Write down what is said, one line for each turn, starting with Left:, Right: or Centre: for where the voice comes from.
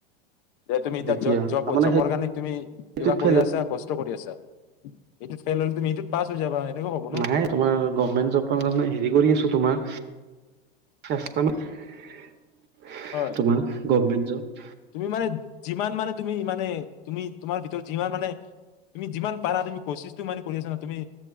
Left: যে তুমি এতিয়া
Right: দ্বিতীয়
Left: জব
Right: তাৰমানে
Left: জবৰ কাৰণে তুমি
Right: সেইটোত
Left: কিবা কৰি
Right: ফেইল
Left: আছা কষ্ট কৰি আছা। এইটো ফেল হলে তুমি ইটোত পাছ হৈ যাবা। এনেকুৱা হ'ব ন
Right: নাই তোমাৰ গভমেন্ট জবৰ কাৰনে হেৰি কৰি আছোঁ তোমাৰ। <unintelligible>
Left: হয়
Right: তোমাৰ গভমেণ্ট ত
Left: তুমি মানে যিমান মানে তুমি মানে তুমি তোমাৰ ভিতৰত যিমান মানে তুমি যিমান পাৰা তুমি কচিছটো মানে কৰি আছা ন। তুমি